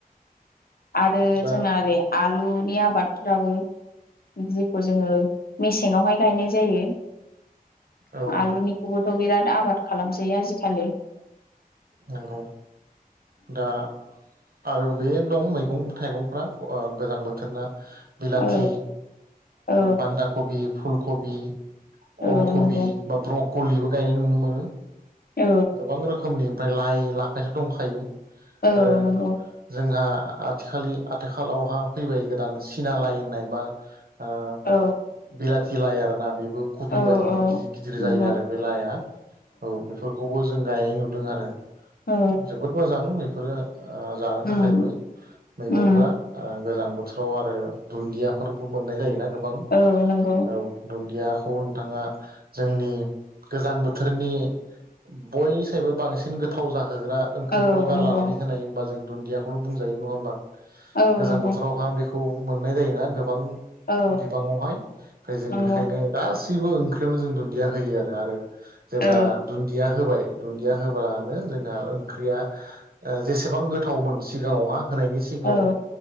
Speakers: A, on the left; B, on the right.
A: आरो
B: दा
A: जोंना ओरै आलुनि आबादफ्राबो जेखौ जोङो मेसेंआवहाय गायनाय जायो
B: औ
A: आलुनिखौबोथ' बिराद आबाद खालामसै आजिखालि
B: नंगौ दा आरो बे दं मैगं थाइगंफ्रा गोजां बोथोरना बिलाथि
A: औ औ
B: बान्दा कबि फुलकबि
A: औ
B: अलकबि
A: नंगौ
B: बा ब्रकलिबो गायनाय नुनो मोनो
A: औ
B: गोबां रोखोमनि ओमफ्राय लाइ लाफायथ' दंखायो
A: औ
B: आरो
A: नंगौ
B: जोंहा आथिखलि आथिखालावहा फैबाय गोदान सिना लाय होननाय बा उम
A: औ
B: बिलाथि लाइ आरोना बे कबि
A: औ
B: बायदिनो
A: औ
B: गिदिर गिदिर
A: नंगौ
B: जायो आरो बे लाय आ औ बे गायनाय नुदों आरो
A: औ
B: जोबोद मोजां बेफोरो आ जानो
A: उम
B: थाखायबो मैगंफ्रा
A: उम
B: ओ गोजां बोथोराव आरो दुन्दियाफोरबो मोननाय जायोना गोबां
A: औ नंगौ
B: औ दुन गैयाखौ नोंथाङा जोंनि गोजां बोथोरनि बयनिसायबो बांसिन गोथाव जाहोग्रा ओंख्रिफ्राव
A: औ
B: गारलानानै
A: नंगौ
B: होनाय होमबा जों दुन्दियाखौनो बुंजायो नङा होमबा
A: औ
B: गोजां
A: नंगौ
B: बोथोरावहा बेखौ मोननाय जायोना गोबां
A: औ
B: बिबाङावहाय ओमफ्राय जों
A: नंगौ
B: बेखायनो गासिबो ओंख्रियावनो जों दुन्दिया होयो आरो आरो जेब्ला
A: औ
B: दुन्दिया होबाय दुन्दिया होबानो जोंहा ओंख्रिया जेसेबां गोथावमोन सिगाङावहा होनायनि सिगाङाव
A: औ